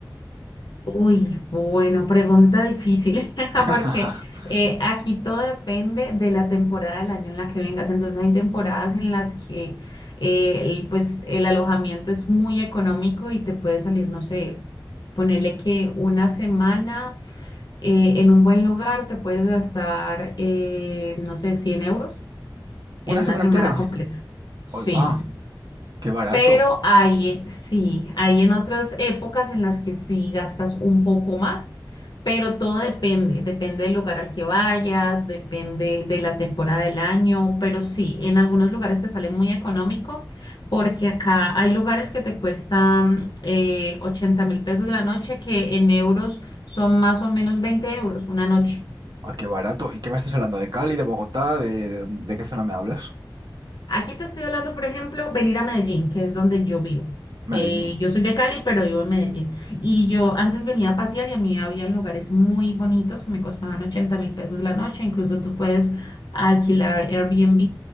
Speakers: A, on the left; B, on the right.
A: Uy, bueno, pregunta difícil, <laughs>
B: <laughs>
A: porque eh, aquí todo depende de la temporada del año en la que vengas. Entonces hay temporadas en las que eh, el, pues, el alojamiento es muy económico y te puede salir, no sé, ponerle que una semana eh, en un buen lugar te puedes gastar, eh, no sé, 100 euros en
B: ¿Una
A: una
B: semana
A: semana
B: entera?
A: completa. Sí.
B: Hoy va, qué barato.
A: Pero hay, eh, sí, hay en otras épocas en las que sí gastas un poco más, pero todo depende, depende del lugar al que vayas, depende de la temporada del año, pero sí, en algunos lugares te sale muy económico porque acá hay lugares que te cuestan eh, 80 mil pesos de la noche que en euros son más o menos 20 euros una noche.
B: Ah, qué barato. ¿Y qué me estás hablando? ¿De Cali, de Bogotá? ¿De, de, de qué zona me hablas?
A: Aquí te estoy hablando, por ejemplo, venir a Medellín, que es donde yo vivo.
B: Medellín.
A: Eh, yo soy de Cali, pero vivo en Medellín. Y yo antes venía a pasear y a mí había lugares muy bonitos que me costaban ochenta mil pesos la noche. Incluso tú puedes alquilar Airbnb